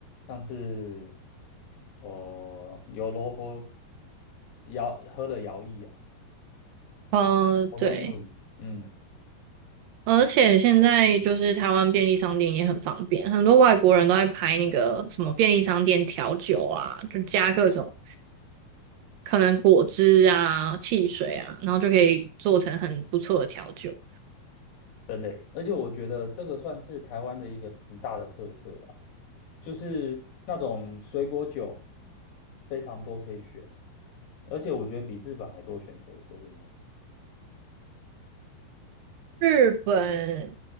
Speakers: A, on the left (about 85°); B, on the right (about 75°).
A: 像是哦，有罗喝摇喝的摇曳啊，
B: 嗯，
A: 喉咙用语嗯，
B: 对，而且现在就是台湾便利商店也很方便，很多外国人都在拍那个什么便利商店调酒啊，就加各种可能果汁啊、汽水啊，然后就可以做成很不错的调酒。
A: 真的耶而且我觉得这个算是台湾的一个很大的特色啊，就是那种水果酒非常多可以选，而且我觉得比日本还多选择，说真的，
B: 日本，